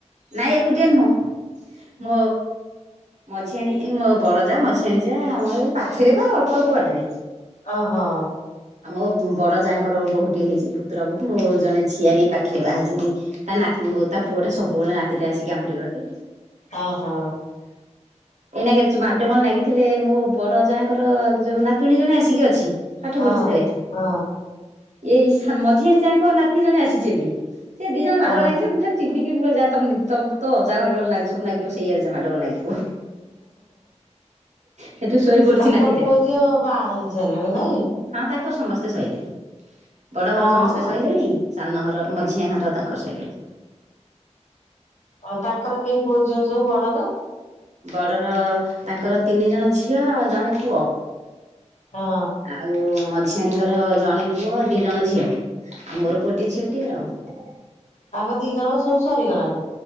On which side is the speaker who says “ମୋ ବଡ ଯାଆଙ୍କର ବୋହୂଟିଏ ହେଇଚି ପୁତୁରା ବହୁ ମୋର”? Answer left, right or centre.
Right